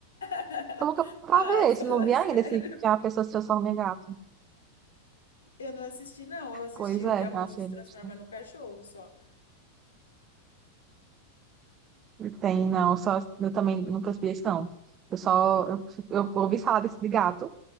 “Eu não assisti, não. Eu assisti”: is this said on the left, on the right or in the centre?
Left